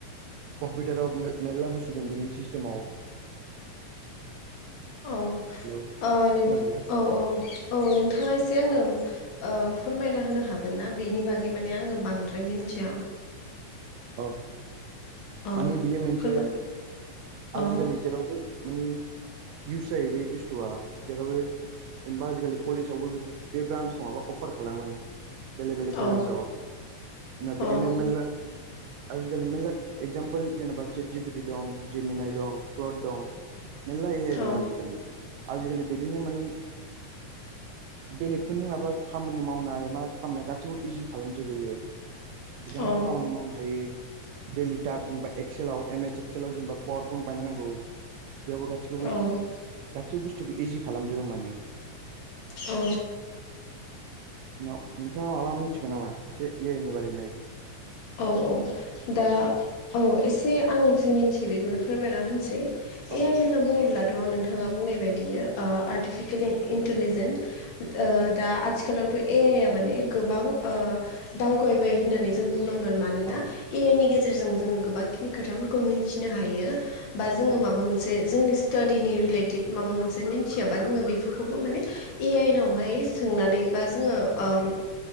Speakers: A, on the right; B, on the left.
A: कम्पिउटाराव मेरलाबो बुस्थु दं बेनि सिस्टेमाव
B: औ
A: हेलौ खोनादोंना
B: नों औ-औ-औ नों नोंथाङा एसे आंनो औ फोरमायना होनो हागोन ना बेनि बागै माने आङो बांद्राय मिथिया
A: अ
B: अ
A: माने बियो मोनसे
B: फोरबो
A: आजिखालि
B: अ
A: जेरावबो माने इउश जायो बे बुसथुया जेरावबो जेनेबा आजिखालि कलेजावबो बे ब्रान्सखौ माबा अफार खालामो बेलेग बेलेग कलेजाव
B: औ औ
A: ना बिदिनो मेरला आजिखालि मेरला एगजामपोल जेनेबा चेटजि पि दं जमनाय दं क्लथ दं मेरला ऐ
B: औ
A: दं आजिखालि आजिखालि बिदिनो माने बेलेगफोरनि माबा खामानि मावनाय मा खालामनाय गाैबो इजि खालामजोबो बे बेसेबां
B: औ
A: खामानि मावनो दैलिट जेनबा एल एस एक्लव जेनबा पावार फइन्ट बानायनांगौ बेयावबो गासैखौबो
B: औ
A: गासैबो बुस्थुखौ इजि खालामजोबो माने
B: अ।
A: न-नोंथाङा माबा मिथिगौ नामा एसे ऐ आइ नि बारैनो
B: औ औ दा औ एसे आं जि मिन्थियो बेखौनो फोरमायना होनोसै ऐ
A: अ
B: आइ होनना बुङोब्ल थ' नोंथाङा बुंनाय बायदिनो ओ आर्टिफिखेलै इन्टिलिजेन दा आथिखालाव बो ऐ आइ आ माने गोबां ओ दावगबाय होननानै जों बुंनांगोन मानोना
A: अ
B: ऐ आइ नि गेजेरजों जोङो गोबांखिनि खोथाफोरखौ मिथिनो हायो बा
A: अ
B: जोङो माबा मोनसे जोंनि स तडिनि रिलेटेड माबा मोनसे मिथियाबा जोङो बेफोरखौबो माने ऐ आइ नावहाय सोंनानै बा जोङो ओम